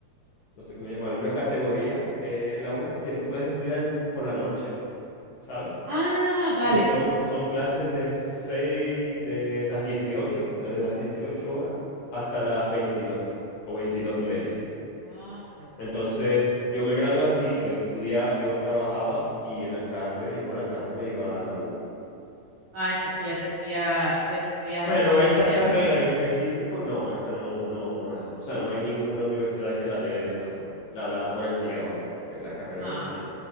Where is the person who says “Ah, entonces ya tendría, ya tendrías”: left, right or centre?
Right